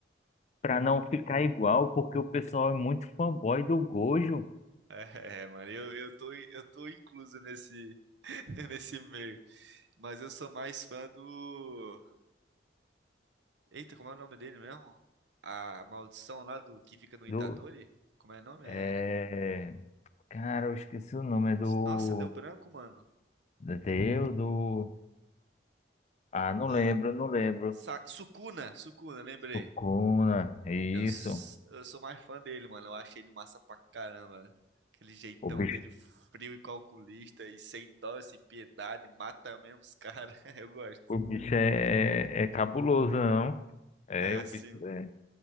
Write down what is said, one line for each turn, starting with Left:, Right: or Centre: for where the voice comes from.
Left: para não ficar igual, porque o pessoal é muito fanboy do Gojo,
Right: É, mano, eu, eu tô, eu tô incluso nesse, <laughs> nesse meio. Mas eu sou mais fã do. Eita, como é o nome dele mesmo? A maldição lá do que fica no Itadori?
Left: do,
Right: Como é o nome?
Left: é,
Right: É.
Left: cara, eu esqueci o nome, é do,
Right: Nossa, deu branco, mano.
Left: do Deus, do, ah, não
Right: Ah,
Left: lembro, não lembro,
Right: Sa- Sukuna, Sukuna, lembrei.
Left: Sukuna, isso,
Right: Eu, s- eu sou mais fã dele, mano. Eu acho ele massa pra caramba. Aquele jeitão
Left: o bicho,
Right: dele frio e calculista e sem dó, sem piedade, mata mesmo os caras. <laughs> Eu gosto.
Left: o bicho é, é cabuloso, não? É,
Right: É,
Left: o
Right: sim.
Left: bicho. é